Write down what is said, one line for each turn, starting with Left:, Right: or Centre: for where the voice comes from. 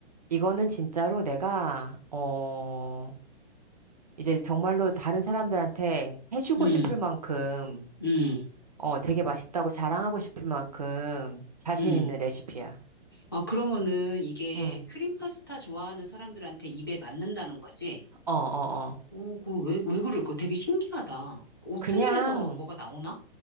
Right: 이거는 진짜로 내가 어 이제 정말로 다른 사람들한테 해주고
Left: 음,
Right: 싶을 만큼
Left: 음,
Right: 어 되게 맛있다고 자랑하고 싶을 만큼 자신
Left: 음.
Right: 있는 레시피야.
Left: 아, 그러면은 이게
Right: 응.
Left: 크림 파스타 좋아하는 사람들한테 입에 맞는다는 거지?
Right: 어, 어, 어.
Left: 어, 그, 왜, 왜 그럴까? 되게 신기하다. 그 오트밀에서
Right: 그냥
Left: 뭐가 나오나?